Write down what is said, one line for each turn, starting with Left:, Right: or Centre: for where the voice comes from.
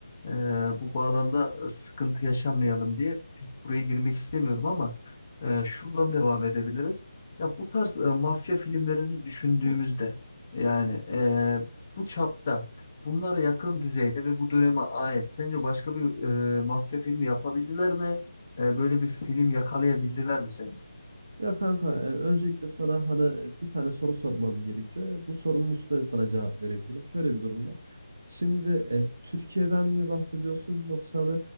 Left: eee, bu bağlamda sıkıntı yaşamayalım diye pek buraya girmek istemiyorum ama eee, şuradan devam edebiliriz. Ya bu tarz e, mafya filmlerini düşündüğümüzde yani eee, bu çapta bunlara yakın düzeyde ve bu döneme ait sence başka bir eee, mafya filmi yapabildiler mi? Eee, böyle bir film yakalayabildiler mi sence?
Right: Ya kanka e, öncelikle sana hani bir tane soru sormam gerekiyor. Bu sorunun üstüne sana cevap verebilirim. Şöyle bir durum var. Şimdi e, Türkiye'den mi bahsediyorsun yoksa hani,